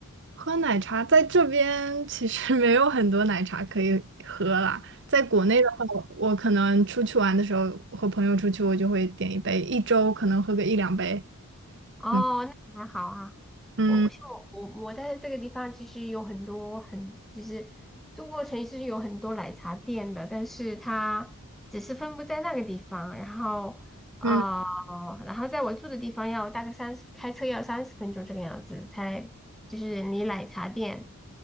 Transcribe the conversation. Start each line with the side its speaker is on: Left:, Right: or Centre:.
Right: 喝奶茶在这边其实 <laughs> 没有很多奶茶可以喝啦。在国内的话，我我可能出去玩的时候，和朋友出去，我就会点一杯，一周可能喝个一两杯。
Centre: 哦，
Right: 嗯
Centre: 那还好啊。
Right: 嗯
Centre: 我我像我我在这个地方，其实有很多很就是中国城是有很多奶茶店的，但是它只是分布在那个地方，然后啊、
Right: 嗯，
Centre: 呃然后在我住的地方要大概三十，开车要三十分钟这个样子，才就是离奶茶店